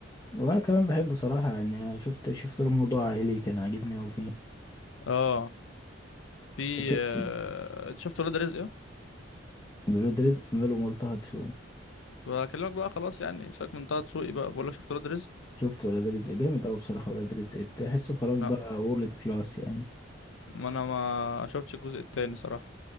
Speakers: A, on the left (about 20°); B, on the left (about 85°).
A: وانا كمان بحبه صراحة يعني أنا شفت شفت له موضوع عائلي كان عاجبني اوي فيه
B: اه في
A: وشفت
B: آه، انت شفت ولاد رزق اه
A: ولاد رزق ماله ملطه دسوقي
B: بكلمك بقى خلاص يعني سيبك من طه دسوقي بقى بقول لك شفت ولاد رزق
A: شفت ولاد رزق جامد اوي بصراحة ولاد رزق تحسه خلاص بقى
B: لا
A: وورلد كلاس يعني
B: ما انا ما شفتش الجزء التاني صراحه